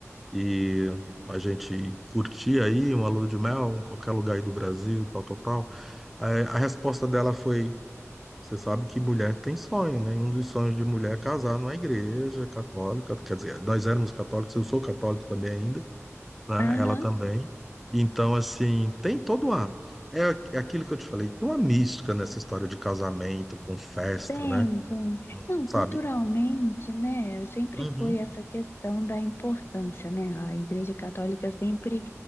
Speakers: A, in the centre; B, on the left.
A: E a gente curtir aí uma lua de mel em qualquer lugar aí do Brasil, tal, tal, tal. Aí a resposta dela foi, Você sabe que mulher tem sonho, né? E um dos sonhos de mulher é casar numa igreja católica. Quer dizer, nós éramos católicos, eu sou católico também ainda, né?
B: Aham.
A: Ela também. Então, assim, tem todo uma. É aqu- é aquilo que eu te falei, tem uma mística nessa história de casamento, com festa,
B: Tem,
A: né?
B: tem.
A: Hum,
B: Não, culturalmente,
A: Sabe?
B: né, sempre
A: Uhum.
B: foi essa questão da importância, né? A Igreja Católica sempre